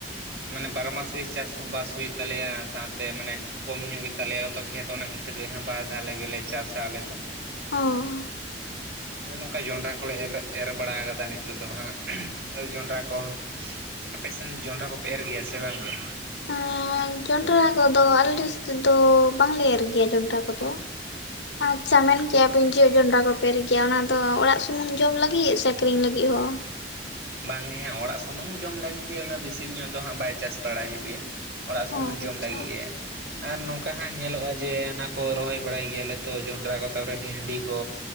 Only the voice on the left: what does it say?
ᱚ
ᱮᱸᱻ ᱡᱚᱸᱰᱨᱟ ᱠᱚᱫᱚ ᱟᱞᱮ ᱥᱮᱫᱚ ᱵᱟᱝᱞᱮ ᱮᱨ ᱜᱮᱭᱟ ᱡᱚᱸᱰᱨᱟ ᱠᱚᱫᱚ᱾ ᱟᱪᱪᱷᱟ ᱢᱮᱱ ᱟᱯᱮ <unintelligible> ᱡᱚᱸᱰᱨᱟ ᱠᱚ ᱯᱮ ᱮᱨ ᱜᱮᱭᱟ ᱚᱱᱟ ᱫᱚ ᱚᱲᱟᱜ ᱥᱩᱢᱩᱝ ᱡᱚᱢ ᱞᱟᱹᱜᱤᱫ ᱥᱮ ᱟᱠᱷᱟᱨᱤᱧ ᱞᱟᱹᱜᱤᱫ ᱦᱚᱸ
ᱚ
ᱟᱪᱪᱷᱟ